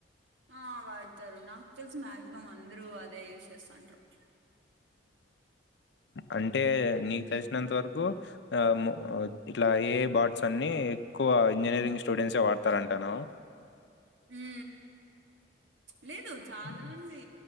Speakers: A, on the right (about 80°); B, on the left (about 65°).
A: ఆ వాడతారు నాకు తెలిసి మాక్సిమం అందరూ అదే యూజ్ చేస్తంటారు
B: అంటే నీకు తెలిసినంత వరకు ఆ ఇట్లా ఏ బార్ట్స్ అన్ని ఎక్కువ ఇంజనీరింగ్ స్టూడెంట్స్యే వాడతారంటాను
A: ఉ లేదు చాలా
B: హ్మ్.
A: మంది